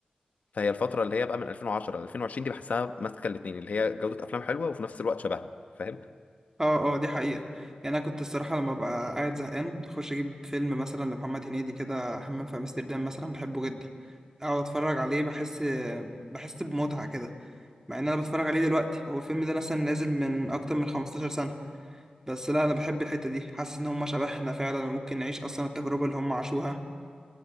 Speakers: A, on the left (about 60°); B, on the right (about 20°).
A: فهي الفترة اللي هي بقى من 2010 ل 2020 دي بحسها ماسكة الاتنين اللي هي جودة أفلام حلوة وفي نفس الوقت شبهنا فاهم؟
B: اه اه دي حقيقة يعني انا كنت الصراحة لما ببقى قاعد زهقان اخش اجيب فيلم مثلا لمحمد هنيدي كده همام في امستردام مثلا بحبه جدا اقعد اتفرج عليه بحس بحس بمتعة كده مع ان انا بتفرج عليه دلوقتي هو الفيلم ده مثلا نازل من اكتر من 15 سنة بس لا انا بحب الحتة دي حاسس ان هم شبهنا فعلا وممكن نعيش اصلا التجربة اللي هم عاشوها